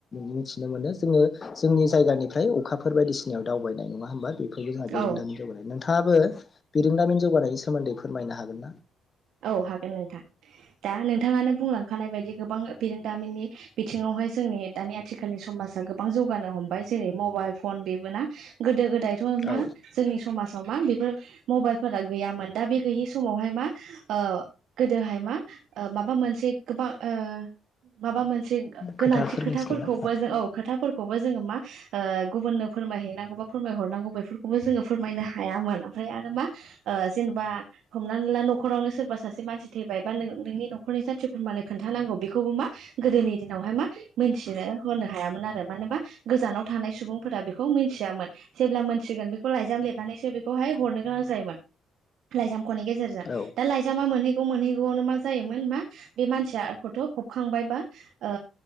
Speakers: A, on the left; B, on the right.
A: मिथिनो मोनो जोङो जोंनि जायगानिफ्राय अखाफोर बायसिनायाव दावबायनाय नङा होमबा? बेफोरबो जोंहा बिरोंदामिन
B: औ
A: जौगानाय नोंथाङाबो बिरोंदामिन जौगानायनि सोमोन्दै फोरमायनो हागोन ना।
B: औ हागोन नोंथां दा नोंथाङानो बुंलांखानाय बायदि गोबां बिरों दामिननि बिथिङावहाय जोंनि दानि आथिखालनि समाजा गोबां जौगानो हमबाय जेरै मबाइल फन बेबो ना। गोदो गोदायथ' मा
A: औ
B: जोंनि समाज माव मा बेफोर मबाइलफोरा गैयामोन दा बे गैयै समावहाय मा। ओ गोदोहाय मा माबा मोनसे गोबा ओ माबा मोनसे गो-गोनांथि
A: खोथाफोर
B: खोथाफोरखौबो
A: मिथिगोन ना
B: जों औ खोथाफोरखौबो जोङो मा ओ गुबुननो फोरमायहैनांगौ बा फोरमायहरनांगौ बेफोरखौबो जोङो फोरमायनो हायामोन। आमफ्राय आरो मा जेनेबा हमनानै ला न'खरावनो सोरबा सासे मानसि थैबाय बा नों नोंनि न'खरनि जाथि खुरमानो खोन्थानांगौ बेखौबो मा गोदोनि दिनावहाय मा मोनथिनो होनो हायामोन आरो मानोबा गोजानाव थानाय सुबुंफोरा बेखौ मिनथियामोन। जेब्ला मोनथिगोन बेखौ लाइजाम लिरनानैसो बेखौहाय हरनो गोनां जायोमोन लाइजाम ख'नि गेजेरजों
A: औ
B: मा मोनहैगौ मोनहैगौआवनो मा जायोमोन मा बे मानसिया थ' फबखांबाय बा ओ